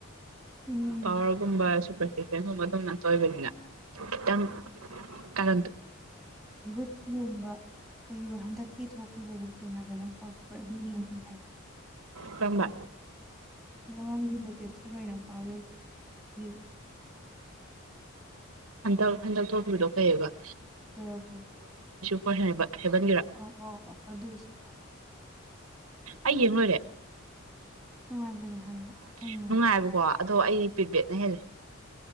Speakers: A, in the centre; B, on the right.
A: ꯎꯝ
B: ꯄꯋꯥꯔꯒꯨꯝꯕ ꯁꯨꯄ꯭ꯔꯁꯤꯖꯟꯒꯨꯝꯕ ꯑꯗꯨꯝ ꯉꯥꯛꯇ ꯑꯣꯏꯕꯅꯤꯅ ꯈꯤꯇꯪ ꯀꯟ
A: ꯨꯠꯒꯨꯝꯕ ꯀꯩ ꯍꯟꯗꯛꯀꯤ ꯊꯣꯛꯈꯤꯕꯗꯣ ꯀꯩ ꯍꯥꯏꯕꯅꯣ ꯄꯥꯎ ꯑꯗꯨ ꯌꯦꯡꯒꯅꯤ
B: ꯀꯔꯝꯕ
A: ꯃꯃꯅꯤꯒꯤ ꯂꯩꯦꯇꯦꯠꯁꯨ ꯀꯩꯅꯣꯥ <unintelligible>
B: ꯍꯟꯗꯛ ꯍꯟꯗꯛ ꯊꯣꯛꯈꯤꯕꯗꯣ ꯀꯪꯑꯕ
A: ꯐ
B: ꯐꯣꯔ ꯍꯦꯕꯟꯒꯤꯔꯥ
A: ꯑꯣ ꯑꯣ ꯍꯣ ꯑꯗꯨꯁꯨ
B: ꯑꯩ ꯌꯦꯡ ꯂꯣꯏꯔꯦ
A: ꯅꯨꯡꯉꯥꯏꯕꯅꯦ ꯍꯥꯏꯕ
B: <unintelligible>
A: ꯈꯪꯉꯦ
B: ꯑꯗꯣ ꯑꯩꯗꯤ ꯄꯤꯠꯕꯦꯛꯅ ꯍꯦꯜꯂꯤ